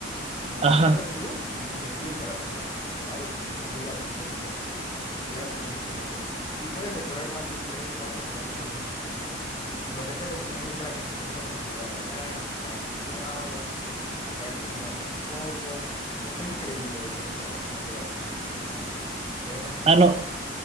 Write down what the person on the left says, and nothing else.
Entonces
te subes al truck y, y le pides a la persona del caballo pues que te lleve al siguiente cenote o que te lleve al siguiente cenote y puedes recorrer fácil tres, cuatro cenotes al mismo tiempo. Entonces lo que hacía con mis amigos era que nos poníamos a nadar allá, nos echábamos clavados, allá comíamos un poco. Está increíble esa, esa atracción que hay aquí en, en Yucatán. Podemos, este,
pues,